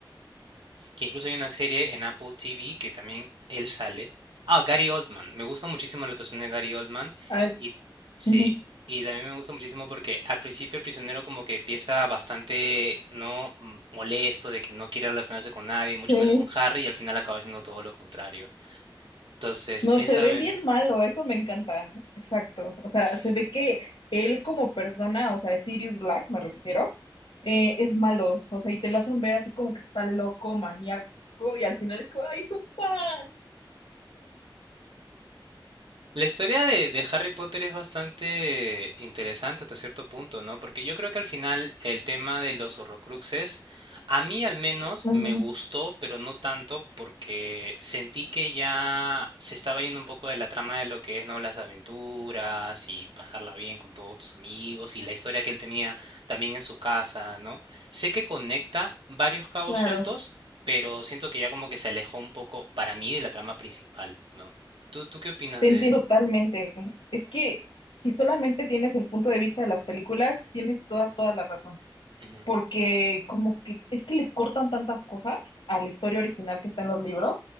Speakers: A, on the right; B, on the left.
A: que incluso hay una serie en Apple TV que también él sale. Ah, Gary Oldman. Me gusta muchísimo la actuación de Gary Oldman.
B: Ah,
A: Y sí,
B: ujú,
A: y también me gusta muchísimo porque al principio el prisionero como que empieza bastante no Mm, molesto de que no quiere relacionarse con nadie, mucho
B: sí,
A: menos con Harry, y al final acaba siendo todo lo contrario. Entonces,
B: no,
A: esa
B: se ve
A: vene-
B: bien malo, eso me encanta, exacto, o sea,
A: sí.
B: se ve que él como persona, o sea, Sirius Black me refiero, eh, es malo, o sea, y te lo hacen ver así como que está loco, maníaco, y al final es como, ay, es un pan.
A: La historia de, de Harry Potter es bastante interesante hasta cierto punto, ¿no? Porque yo creo que al final el tema de los Horrocruxes, a mí al menos
B: Ujú,
A: me gustó, pero no tanto porque sentí que ya se estaba yendo un poco de la trama de lo que es, ¿no? Las aventuras y pasarla bien con todos tus amigos y la historia que él tenía también en su casa, ¿no? Sé que conecta varios cabos
B: claro,
A: sueltos, pero siento que ya como que se alejó un poco para mí de la trama principal, ¿no? ¿Tú, tú qué opinas
B: te
A: de
B: entiendo
A: eso?
B: totalmente, es que si solamente tienes el punto de vista de las películas, tienes toda, toda la razón.
A: Ujú,
B: porque como que es que le cortan tantas cosas a la historia original que está en los libros